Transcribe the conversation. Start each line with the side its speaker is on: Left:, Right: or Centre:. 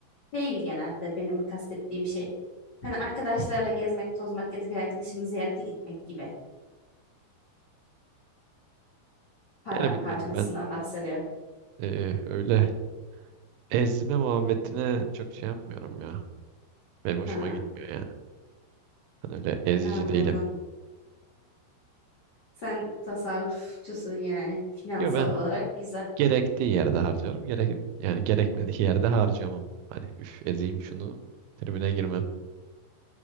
Left: Değil genelde benim kastettiğim şey. Hani arkadaşlarla gezmek, tozmak ya da bir arkadaşımı ziyarete gitmek gibi para
Right: Yani bilmiyorum
Left: harcamasından
Right: ben
Left: bahsediyorum.
Right: e, öyle ezme muhabbetine çok şey yapmıyorum ya. Benim hoşuma
Left: Ha,
Right: gitmiyor yani. Ben öyle ezici
Left: anladım.
Right: değilim.
Left: Sen tasarrufçusun yani finansal
Right: Yo ben
Left: olarak güzel.
Right: Gerektiği yerde harcarım. Gerek yani gerekmediği yerde harcamam. Hani üf ezeyim şunu tribüne girmem.